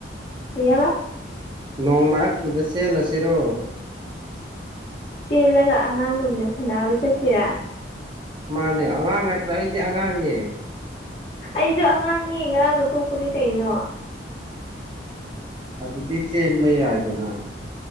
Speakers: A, on the left; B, on the right.
A: ꯀꯩꯍꯥꯏꯕ
B: ꯅꯣꯡ ꯃꯔꯛꯇꯨꯗ ꯆꯦꯜꯂꯁꯤꯔꯣ
A: ꯆꯦꯜꯂꯒ ꯑꯉꯥꯡꯒꯨꯝꯅ ꯁꯥꯟꯅꯕ ꯆꯠꯁꯤꯔꯥ
B: ꯃꯥꯅꯦ ꯑꯉꯥꯡ ꯅꯠꯇ꯭ꯔꯥ ꯑꯩꯗꯤ ꯑꯉꯥꯡꯅꯦ
A: ꯑꯩꯁꯨ ꯑꯉꯥꯡꯅꯦ ꯉꯔꯥꯡꯅ ꯄꯣꯛꯄꯅꯤ ꯀꯩꯅꯣ
B: ꯑꯗꯨꯗꯤ ꯆꯦꯟꯕ ꯌꯥꯏꯗꯅ